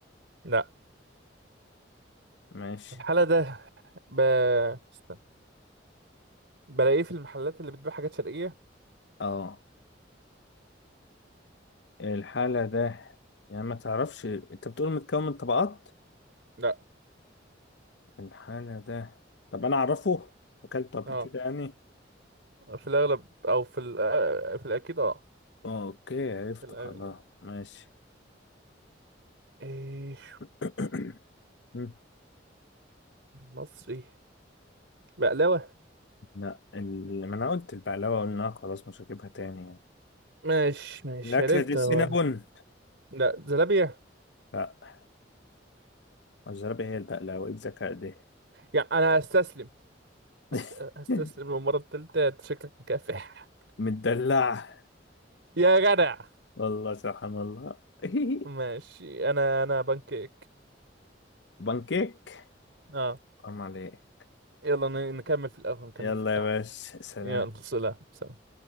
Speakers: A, on the right; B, on the left.
A: لا
B: ماشي
A: الحالة ده ب... استنى بلاقيه في المحلات اللي بتبيع حاجات شرقية
B: اه الحالة ده يعني ما تعرفش انت بتقول متكون من طبقات
A: لا
B: الحالة ده طب انا اعرفه اكلته قبل
A: اه
B: كده يعني
A: في الأغلب أو في ال... آه، في الأكيد اه
B: اوكي عرفت
A: في الأغلب
B: خلاص ماشي
A: إيش
B: <clears throat> مم.
A: مصري بقلاوة
B: لا ال- ما انا قلت البقلاوة قلنا خلاص مش هجيبها تاني يعني
A: ماشي ماشي
B: الأكلة
A: عرفت
B: دي سينابون
A: هو. لا زلابية
B: لا الزرابة هي البقلاوة ايه الذكاء ده
A: يعني أنا أستسلم
B: <laughs>
A: أس... أستسلم للمرة التالتة أنت شكلك مكافح
B: متدلعة
A: يا جدع
B: والله سبحان الله <laughs>
A: ماشي انا انا بانكيك
B: بانكيك
A: اه
B: حرام عليك
A: يلا ن- نكمل في القهوة نكمل
B: يلا
A: في القهوة
B: يا باشا سلام
A: يلا سلام سلام